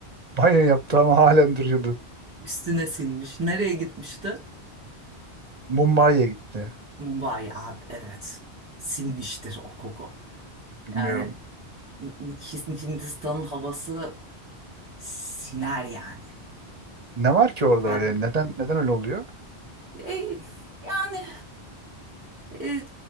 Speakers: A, on the right; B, on the right.
A: banyo yaptı ama halen duruyordu.
B: Üstüne sinmiş. Nereye gitmişti?
A: Mumbai'ye gitti.
B: Mumbai abi evet. Sinmiştir o koku.
A: Bilmiyorum.
B: Yani Hin- Hindistan'ın havası siner yani.
A: Ne var ki orada
B: Ben
A: öyle? Neden neden öyle oluyor?
B: E, yani e,